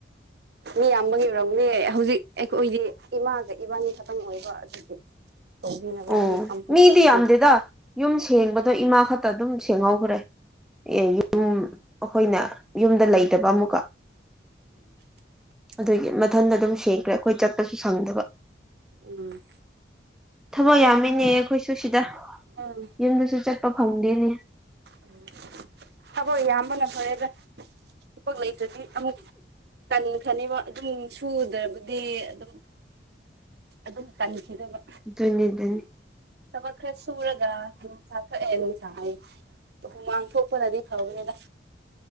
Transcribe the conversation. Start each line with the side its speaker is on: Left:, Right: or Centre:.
Right: ꯃꯤ ꯌꯥꯝꯕꯒꯤ ꯑꯣꯏꯔꯝꯅꯦ ꯍꯧꯖꯤꯛ ꯑꯩꯈꯣꯏꯗꯤ ꯏꯃꯥꯒ ꯏꯕꯥꯅꯤ ꯈꯛꯇꯪ ꯑꯣꯏꯕ <unintelligible>
Centre: ꯑꯣ
Right: ꯃꯤ ꯑꯝꯐꯥꯎ
Centre: ꯃꯤꯗꯤ
Right: ꯂꯩꯇꯦ
Centre: ꯌꯥꯝꯗꯦꯗ ꯌꯨꯝ ꯁꯦꯡꯕꯗꯣ ꯏꯃꯥ ꯈꯛꯇ ꯑꯗꯨꯝ ꯁꯦꯡꯍꯧꯈ꯭ꯔꯦ ꯑꯦ ꯌꯨꯝ ꯑꯈꯣꯏꯅ ꯌꯨꯝꯗ ꯂꯩꯇꯕ ꯑꯃꯨꯛꯀ
Right: ꯎꯝ
Centre: ꯑꯗꯨꯒꯤ ꯃꯊꯟꯗ ꯑꯗꯨꯝ ꯁꯦꯡꯈ꯭ꯔꯦ ꯑꯩꯈꯣꯏ ꯆꯠꯄꯁꯨ ꯁꯪꯗꯕ
Right: ꯎꯝ
Centre: ꯊꯕꯛ ꯌꯥꯝꯃꯤꯅꯦ ꯑꯈꯣꯏꯁꯨ ꯁꯤꯗ
Right: ꯎꯝ
Centre: ꯌꯨꯝꯗꯁꯨ ꯆꯠꯄ ꯐꯪꯗꯦꯅꯦ
Right: ꯎꯝ ꯊꯕꯛ ꯌꯥꯝꯕꯅ ꯐꯔꯦꯗ ꯊꯕꯛ ꯂꯩꯇ꯭ꯔꯗꯤ ꯑꯃꯨꯛ ꯇꯟꯈ꯭ꯔꯅꯤꯕ ꯑꯗꯨꯝ ꯁꯨꯗ꯭ꯔꯕꯗꯤ ꯑꯗꯨꯝ ꯑꯗꯨꯝ ꯇꯟꯈꯤꯗꯕ
Centre: ꯗꯨꯅꯤ ꯗꯨꯅꯤ
Right: ꯊꯕꯛ ꯈ꯭ꯔ ꯁꯨꯔꯒ ꯅꯨꯡꯁꯥ ꯊꯣꯛꯑꯦ ꯅꯨꯡꯁꯥ ꯍꯥꯏꯌꯦ ꯍꯨꯃꯥꯡ ꯊꯣꯛꯄꯅꯗꯤ ꯐꯕꯅꯦꯗ